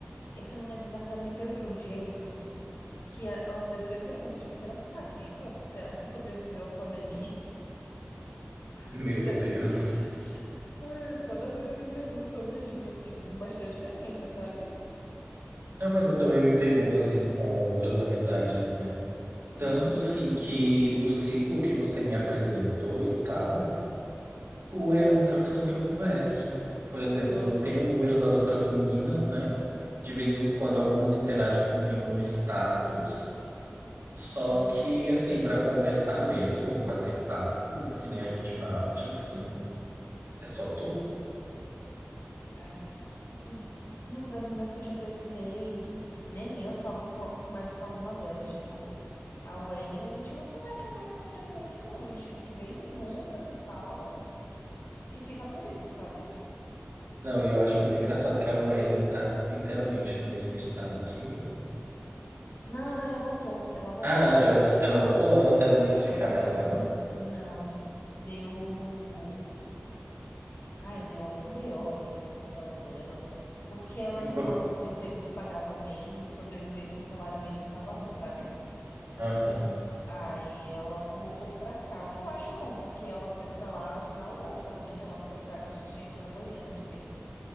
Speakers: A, on the left (about 80°); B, on the right (about 70°).
A: E essa menina desapareceu de um jeito que a- eu, às vezes eu me pergunto, tipo, será que você tá viva? Será que você sobreviveu à pandemia? <laughs>
B: Meu
A: Será
B: Deus.
A: que você... Ai, Toda vez eu me pergunto sobre isso, assim, com bastante frequência, sabe?
B: Não, mas eu também me pergunto assim com outras amizades, né? Tanto
A: Uhum,
B: assim que do ciclo que você me apresentou e tal, tu é a única pessoa que eu converso. Por exemplo,
A: aham,
B: eu tenho o número das outras meninas, né? De vez em quando algumas interagem comigo no status. Só
A: aham,
B: que, assim, pra conversar mesmo, bater papo, que nem a gente bate, assim, é só tu.
A: é. Hum. Amigo das meninas que eu te apresentei, nem eu falo co- mais com algumas delas, tipo. A Welling a gente não conversa mais com frequência, não. A gente de vez em nunca se fala e fica por isso, sabe?
B: Não, e eu acho muito engraçado que a Wellen tá literalmente no mesmo estado que eu.
A: Não, ela já voltou. Ela voltou.
B: Ah, já, ela voltou? Ela, ela não quis
A: Ela
B: ficar
A: voltou.
B: mais lá, não?
A: Não. Deu. Ai, deu algum BO aí dessa história dela. Porque ela não
B: Por-
A: tava com um emprego que pagava bem e sobreviver com salário mínimo tava ruim, sabe?
B: Aham.
A: Aí ela voltou pra cá, o que eu acho bom, porque ela foi pra lá na louca, né? Ela foi pra. Eu acho que tinha ido pra Goiânia primeiro.